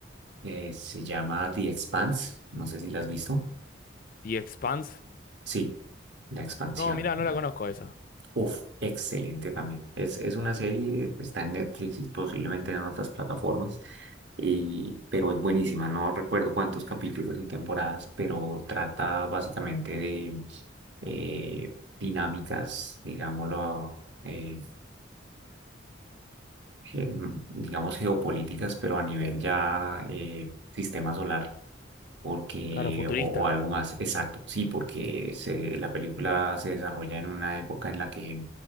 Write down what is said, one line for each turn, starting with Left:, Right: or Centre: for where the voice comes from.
Right: eh, se llama The Expanse. No sé si la has visto.
Left: The Expanse.
Right: Sí, La Expansión.
Left: No, mirá,
Right: ¿no?
Left: no la conozco esa.
Right: Uf, excelente también. Es, es una serie, pues, está en Netflix y posiblemente en otras plataformas, y, pero es buenísima. No recuerdo cuántos capítulos y temporadas, pero trata básicamente de eh, dinámicas, digámoslo, eh, eh, digamos, geopolíticas, pero a nivel ya eh, sistema solar, porque,
Left: Claro, futurista.
Right: o, o algo más exacto, sí, porque se, la película se desarrolla en una época en la que